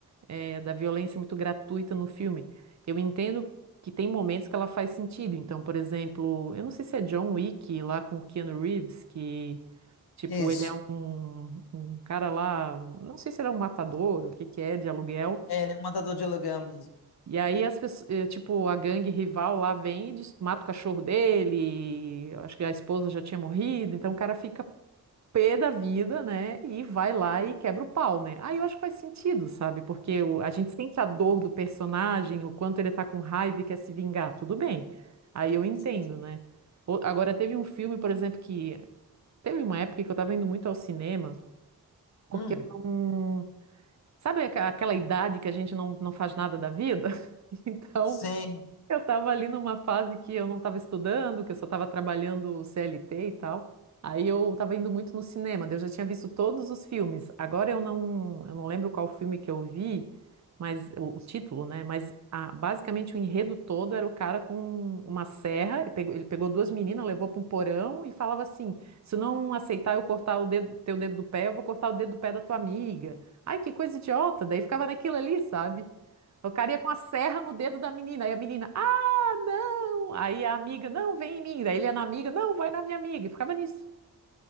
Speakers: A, on the right; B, on the left.
A: eh, da violência muito gratuita no filme. Eu entendo que tem momentos que ela faz sentido. Então, por exemplo, eu não sei se é John Wick lá com o Keanu Reeves, que, tipo,
B: Isso.
A: ele é um, um cara lá, não sei se ele é um matador, o que que é, de aluguel.
B: É, ele é um matador de aluguel mesmo.
A: E aí as pessoas, eh, tipo, a gangue rival lá vem e des- mata o cachorro dele, acho que a esposa já tinha morrido, então o cara fica pé da vida, né? E vai lá e quebra o pau, né? Aí eu acho que faz sentido, sabe? Porque o- a gente sente a dor do personagem, o quanto ele tá com raiva e quer se vingar, tudo bem. Aí eu entendo,
B: Sim.
A: né? O- Agora teve um filme, por exemplo, que teve uma época que eu tava indo muito ao cinema, porque
B: Hum.
A: eu não... Sabe aqua- aquela idade que a gente não, não faz nada da vida? <laughs> Então,
B: Sim.
A: eu estava ali numa fase que eu não estava estudando, que eu só estava trabalhando CLT e tal. Aí eu estava indo muito no cinema, daí eu já tinha visto todos os filmes. Agora eu não, eu não lembro qual filme que eu vi, mas o, o título, né? Mas a- basicamente o enredo todo era o cara com uma serra, ele pegou, ele pegou duas meninas, levou para um porão e falava assim: se não aceitar eu cortar o dedo, teu dedo do pé, eu vou cortar o dedo do pé da tua amiga. Ai, que coisa idiota! Daí ficava naquilo ali, sabe? O cara ia com a serra no dedo da menina, aí a menina, ah, não! Aí a amiga, não, vem em mim. Daí ele ia na amiga, não, vai na minha amiga. E ficava nisso.